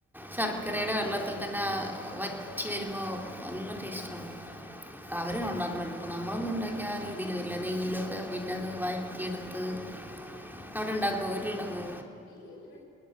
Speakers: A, in the centre; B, on the left.
A: ശർക്കരയുടെ വെള്ളത്തിൽ തന്നെ വറ്റി വരുമ്പോൾ നല്ല ടേസ്റ്റാണ് അവര് ഉണ്ടാക്കണം നമ്മളൊന്നും ഉണ്ടാക്യാ ആ രീതിൽ വരില്ല നെയ്യിലൊക്കെ പിന്നത് വഴറ്റി എട് ഉം അവിടെ ഇണ്ടാക്കോ വീട്ടിലുണ്ടാക്കോ?
B: ഇല്ല ഇല്ല ഇവിടെ